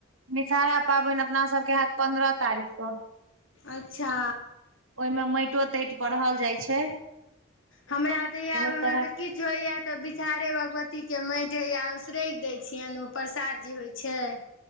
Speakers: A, on the right (about 90°); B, on the left (about 75°).
A: विषहारा पाबैन अपना सब केँ होयत पन्द्रह तारीख कऽ
B: अच्छा
A: ओय मऽ माइटो ताइट परहल जाइ छै।
B: हमरा ओतऽ याब
A: बहुत
B: हमरा
A: तरहक
B: तऽ किछ कुछ होइया तऽ बिसहारे भगवती केँ माइट हैया उसरैग देय छियैन ओ प्रसाद जे होइ छै